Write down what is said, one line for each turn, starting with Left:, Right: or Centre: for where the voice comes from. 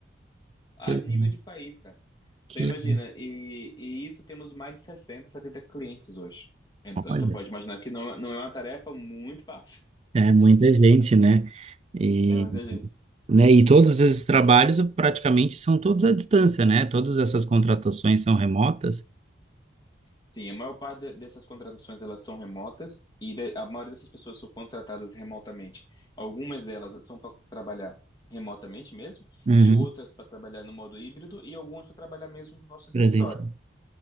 Left: a
Right: Que legal,
Left: nível de país, cara.
Right: que
Left: Então imagina,
Right: legal.
Left: e, e isso temos mais de 60, 70 clientes hoje. Então,
Right: Olha,
Left: então pode imaginar que não, é- não é uma tarefa muito fácil. <laughs>
Right: é muita gente, né? E,
Left: É muita gente.
Right: né, e todos esses trabalhos praticamente são todos à distância, né? Todas essas contratações são remotas.
Left: Sim, a maior parte de- dessas contratações elas são remotas e de- a maioria dessas pessoas são contratadas remotamente. Algumas delas são para trabalhar remotamente mesmo
Right: Uhum,
Left: e outras para trabalhar no modo híbrido e algumas para trabalhar mesmo no nosso escritório.
Right: presencial.